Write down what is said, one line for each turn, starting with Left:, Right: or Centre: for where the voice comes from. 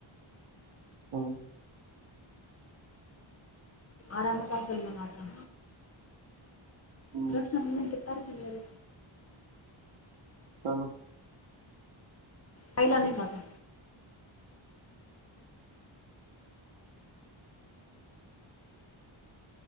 Right: हम्म
Left: आरामचं असलं मग आता?
Right: हम्म,
Left: रक्षाबंधन किती तारखेला आहे रे?
Right: तनु
Left: पाहिला नाही का अजून?